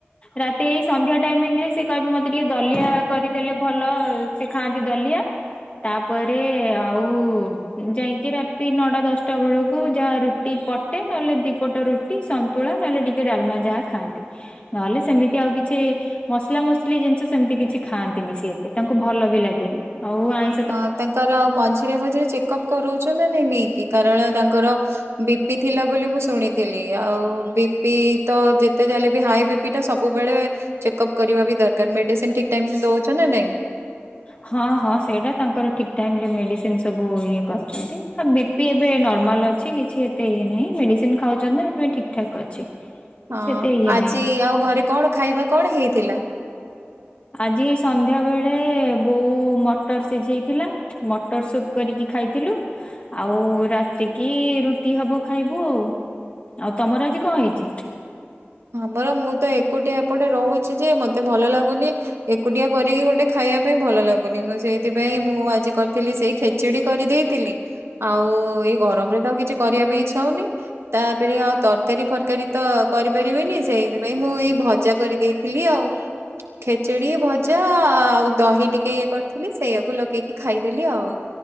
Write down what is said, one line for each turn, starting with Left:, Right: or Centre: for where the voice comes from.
Left: ରାତି ଏଇ ସନ୍ଧ୍ୟା ଟାଇମିଂ ରେ ସେ କହିବେ ମତେ ଟିକେ ଦଲିଆ କରିଦେଲେ ଭଲ ସେ ଖାଆନ୍ତି ଦଲିଆ। ତାପରେ ଆଉ ଯାଇକି ରାତି ନଅଟା ଦଶଟା ବେଳକୁ ଯାହା ରୁ ଟି ପଟେ ନହେଲେ ଦିଇପଟ ରୁଟି ସନ୍ତୁଳା ନହେଲେ ଟିକେ ଡାଲମା ଯାହା ଖାଆନ୍ତି। ନହେଲେ ସେମିତି ଆଉ କିଛି ମସଲା ମସଲି ଜିନିଷ ସେମିତି କିଛି ଖାଆନ୍ତିନି ସିଏ ଏତେ ତାଙ୍କୁ ଭଲ ବି ଲାଗେନି ଆଉ ଆଇ
Right: ଅ ତାଙ୍କର ଆଉ ମଝିରେ ମଝିରେ ଚେକଅପ୍ କରାଉଛ ନା ନାଇଁ ନେଇକି କାରଣ ତାଙ୍କର ବିପି ଥିଲା ବୋଲି ମୁଁ ଶୁଣିଥିଲି ଆଉ ବି ପି ତ ଯେତେ ଚାାଲେ ବି ହାଇ ବିି ପିଟା ସବୁବେଳେ ଚେକଅପ କରିବା ବି ଦରକାର ମେଡିସିନ ଠିକ ଟାଇମ ଦଉଛ ନା ନାଇଁ?
Left: ହଁ ହଁ ସେଇଟା ତାଙ୍କର ଠିକ ଟାଇମ ରେ ମେଡିସିନ ସବୁ ଇଏ କରୁଛନ୍ତି। ବି ଏବେ ନର୍ମାଲ ଅଛି କିଛି ଏତେ ଇଏ ନାହିଁ ମେଡିସିନ ଖାଉଛନ୍ତି ସେଥିପାଇଁ ଠିକ ଠାକ୍ ଅଛି। କିଛି
Right: ହଁ
Left: ଏତେ ଇଏ
Right: ଆଜି
Left: ନାହିଁ।
Right: ଆଉ ଘରେ କଣ ଖାଇବା କଣ ହେଇଥିଲା?
Left: ଆଜି ସନ୍ଧ୍ୟା ବେଳେ ବୋଉ ମଟର ସିଝେଇଥିଲା। ମଟର ସୁପ କରିକି ଖାଇଥିଲୁ। ଆଉ ରାତି କିି ରୁଟି ହବ ଖାଇବୁ ଆଉ। ଆଉ ତମର ଆଜି କଁ ହେଇଚି।
Right: ଆମର ମୁଁ ତ ଏକୁଟିଆ ଏପଟେ ରହୁଛି ଯେ ମତେ ଭଲ ଲାଗୁନି। ଏକୁଟିଆ କରିକି ଗୋଟେ ଖାଇବା ପାଇଁ ଭଲ ଲାଗୁନି ମୁଁ ସେଇଥିପାଇଁ ମୁଁ ଆଜି କରିଥିଲି ସେଇ ଖେ ଚିଡି କରିଦେଇଥିଲି ଆଉ ଏଇ ଗରମ ରେ ତ ଆଉ କିଛି କରିବା ପାଇଁ ଇଚ୍ଛା ହୋଉନି। ତାପେରେ ଆଉ ତରକାରୀ ଫରକାରୀ ତ କରି ପାରିବିନି ସେଇଥିପାଇଁ ମୁଁ ଏଇ ଭଜା କରିଦେଇଥିଲି ଆଉ। ଖେଚେଡି ଭଜା ଆଉ ଦହି ଟିକେ ଇଏ କରିଥିଲି ସେଇଆକୁ ଲଗେଇକି ଖାଇଦେଲି ଆଉ।